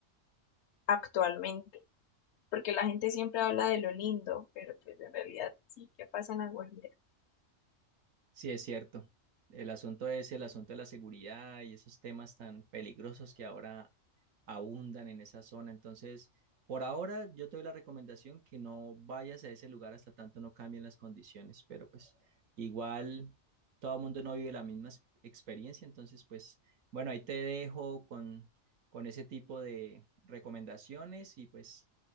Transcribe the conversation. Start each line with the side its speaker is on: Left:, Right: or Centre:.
Left: actualmente, porque la gente siempre habla de lo lindo, pero pues en realidad sí, ¿qué pasa en la Guajira?
Right: sí es cierto. El asunto es el asunto de la seguridad y esos temas tan peligrosos que ahora abundan en esa zona. Entonces, por ahora yo te doy la recomendación que no vayas a ese lugar hasta tanto no cambien las condiciones, pero pues igual todo el mundo no vive la misma ex- experiencia, entonces pues bueno, ahí te dejo con, con ese tipo de recomendaciones y pues